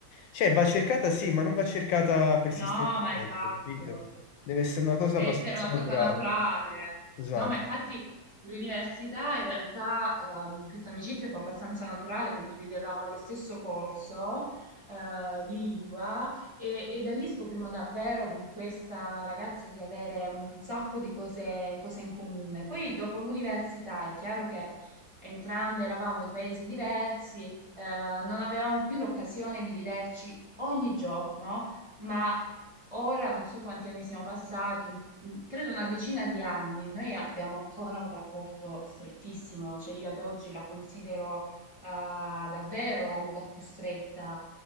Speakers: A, on the left (about 75°); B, on the right (about 15°).
A: cioè va cercata sì, ma non va cercata persistentemente,
B: No, ma esatto.
A: capito? Deve essere una cosa
B: Deve
A: abbastanza
B: essere una cosa
A: naturale,
B: naturale.
A: esatto.
B: No, ma infatti l'università in realtà ehm, questa amicizia fu abbastanza naturale, condividevamo lo stesso corso eh, di lingua e, e da lì scoprimo davvero con questa ragazza di avere un sacco di cose, cose in comune. Poi dopo l'università è chiaro che entrambe eravamo in paesi diversi, eh, non avevamo più l'occasione di vederci ogni giorno ma ora non so quanti anni siano passati, un- un- credo una decina di anni, noi abbiamo ancora un rapporto strettissimo, cioè io ad oggi la considero eh, davvero l'amica più stretta